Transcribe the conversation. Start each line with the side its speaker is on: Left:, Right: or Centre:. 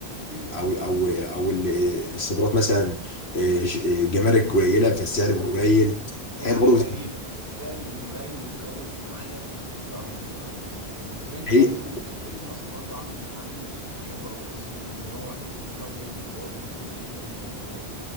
Left: او او او ال- الصادرات مثلا إيه، ش- إيه، جمارك قليله فالسعر بيكون قليل
Right: هي فاهم
Left: حاجات
Right: حاجة
Left: برضه
Right: غريبة
Left: بت-
Right: بس السعر بيكون قليل والجودة بتكون عالية في بالذات في العربيات الكهربائية في العموم طب انت
Left: حقيقة.
Right: برضو ايلون ماسك برضو عامل عامل شركة حلوة قوي لو سمعت عن اللي هو ستار لينك اللي هو النت الانترنت الفضائي